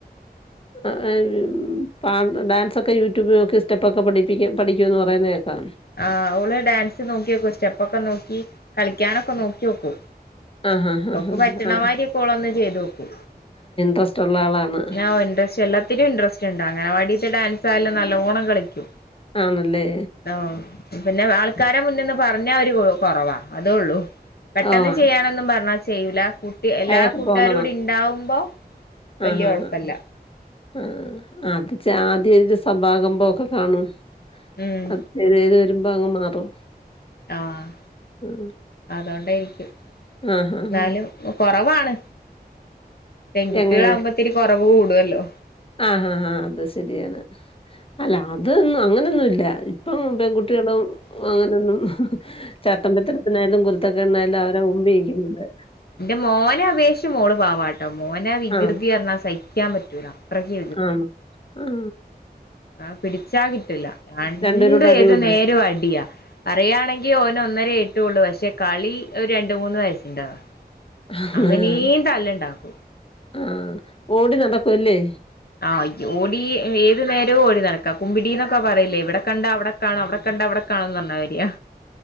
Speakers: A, on the left; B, on the left.
A: ആഹ <unintelligible> പ ഡാൻസ് ഒക്കെ യൂട്യൂബില നോക്കി സ്റ്റെപ്പക്കെ പഠിപ്പിക്ക പഠിക്കു ന്ന് പറയുന്നതേക്കാ
B: ആഹ ഓള് ഡാൻസ് നോക്കിക്കു സ്റ്റെപ്പൊക്കെ നോക്കി കളിക്കാനൊക്കെ നോക്കി നോക്കൂ
A: ആഹ് ആഹ് ആഹ്
B: ഓക്ക് പറ്റണ
A: ആഹ്.
B: മാതിരി ഒളൊന്ന് ചെയ്തു നോക്കൂ
A: ഇന്ട്രെസ്റ് ള്ള ആളാണ്
B: ഞാ ഓഹ് ഇൻറ്രസ്റ്റ് എല്ലത്തിനും ഇൻറ്രസ്റ്റ് ഇണ്ട് അംഗൺവാടിത്തെ ഡാൻസ് ആയാലും നല്ലോണം കളിക്കും.
A: ആണ്ല്ലേ.
B: ഓഹ് പിന്നെ ആൾക്കാരെ മുന്ന്ന്ന് പറഞ്ഞ ഒര് കൊറവാ അതള്ളൂ. പെട്ടെന്ന്
A: ഓഹ്!
B: ചെയ്യാനൊന്നും പറഞ്ഞാ ചെയ്യൂല. കുട്ടി എല്ലാ
A: അയാൾക്ക്
B: കൂട്ടുകാരും
A: തോന്നണം.
B: കൂടെ ഇണ്ടാവുമ്പോ വല്യ
A: ആഹ്
B: കൊഴപ്പല്ല.
A: ആഹ് ആഹ്. ആഹ് അത് ച്ച <unintelligible> കാണും.
B: ഉം
A: ഇത് ഏത് വരുമ്പോ അങ്ങ് മാറും
B: ആഹ്
A: ഉം.
B: അതുകൊണ്ടേരിക്കും
A: ആഹ് ആഹ് ആഹ്.
B: ന്നാലും കൊറവാണ് പെൺകുട്ടികളാകുമ്പോ
A: എങ്ങനെ?
B: ത്തിരി കൊറവ് കൂടുല്ലോ
A: ആഹ് ആഹ് ആഹാ അത് ശരിയാണ് അല്ല അതൊന്നും അങ്ങനെയൊന്നുല്ല പ്പം പെൺകുട്ട്യാളും അങ്ങനെന്നും ചട്ടമ്പിത്തരത്തിനായാലും കുരുത്തക്കേടിനായാലും അവര മുമ്പിനിക്കുന്നത്
B: ന്റെ മോനെ അപേക്ഷിച്ച് മോള് പാവാട്ടോ മോനെ വികൃതിർഞ്ഞാൽ
A: ആഹ്
B: സഹിക്കാൻ പറ്റൂല അത്രക്ക്
A: ആഹ് ആഹാ
B: ആ പിടിച്ചാ കിട്ടില്ല രണ്ടും
A: രണ്ടുപേരൂടെ അടികൂടും.
B: ഏത് നേരും അടിയാ പറയാണെങ്കി ഓന ഒന്നരേ ട്ടൊള്ളു പക്ഷെ കളി ഒരു രണ്ട് മൂന്ന് വയസ്സിന്റെതാ
A: ആഹ്
B: അങ്ങനേം തല്ലുണ്ടാക്കും
A: ആഹ് ഓടി നടക്കുംല്ലേ
B: ആഹ് ഓടി ഏതു നേരവും ഓടി നടക്കാ കുമ്പിടീന്നൊക്കെ പറയില്ലേ ഇവിടെ കണ്ട അവിടെ കാണോ അവിടെ കണ്ട വിടെ കാണോന്നർഞ്ഞായ്ര്യാ